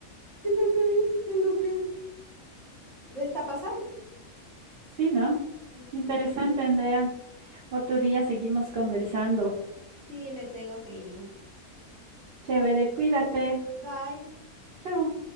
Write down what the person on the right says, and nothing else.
Sí, ¿no?
Interesante, Andrea. Otro día seguimos conversando.
Chévere, cuídate.
Chao.